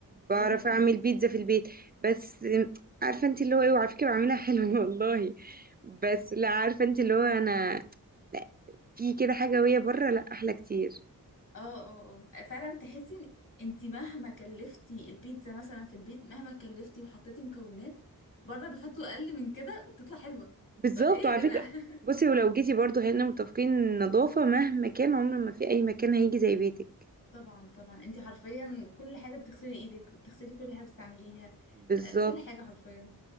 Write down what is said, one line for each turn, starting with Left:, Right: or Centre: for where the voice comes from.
Right: بعرف
Left: جامد والله
Right: اعمل بيتزا في البيت بس عارفه انت اللي هو ايه وعلى فكره بعملها حلو <laughs> والله بس لا عارفه انت اللي هو انا لا، في كده حاجه وهي بره لا احلى كتير
Left: اه اه اه فعلا تحسي انت مهما كلفتي البيتزا مثلا في البيت مهما كلفتي وحطيتي مكونات بره بيحطوا اقل من كده وبتطلع حلوه
Right: بالظبط
Left: طب ايه
Right: وعلى
Left: يا جماعه
Right: فكره
Left: <laughs>
Right: بصي ولو جيتي برضو هنا متفقين إن النظافه مهما كان عمر ما في اي مكان هيجي زي بيتك
Left: طبعا طبعا انت حرفيا كل حاجه بتغسلي ايدك وبتغسلي كل حاجه بتستعمليها
Right: بالظبط
Left: آه، كل حاجه حرفيا